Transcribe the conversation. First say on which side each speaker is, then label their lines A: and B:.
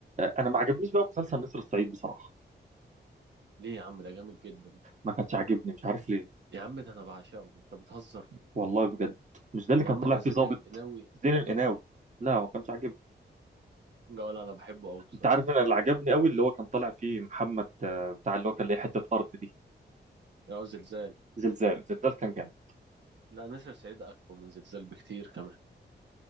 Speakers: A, on the right; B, on the right.
A: انا ما عجبنيش بقى مسلسل نسر الصعيد بصراحه
B: ليه يا عم ده جامد جدا
A: ما كانش عاجبني مش عارف ليه
B: يا عم ده انا بعشقه انت بتهزر فيه
A: والله بجد مش ده اللي
B: يا
A: كان
B: عم
A: طالع
B: ده
A: فيه
B: زين
A: ظابط
B: القناوي
A: زين
B: ده
A: القناوي
B: تحفه
A: لا ما كانش عاجبني
B: لا ولا انا بحبه قوي بصراحه
A: انت عارف انا اللي عجبني قوي اللي هو كان طالع فيه محمد آه، بتاع اللي هو كان ليه حته ارض دي
B: يا زلزال
A: زلزال زلزال كان جامد
B: لا نسر سعيد اقوى من زلزال بكتير كمان